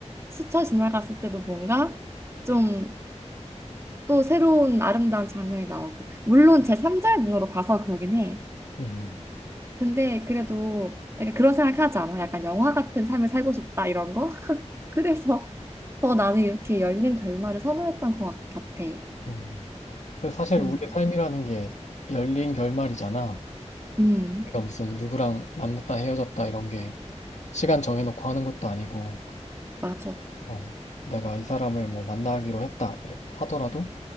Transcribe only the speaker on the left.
음,
음. 근데 사실
우리의 삶이라는 게 열린 결말이잖아.
우리가 무슨 누구랑 만났다 헤어졌다 이런 게 시간 정해놓고 하는 것도 아니고,
어, 내가 이 사람을 뭐 만나기로 했다 이래- 하더라도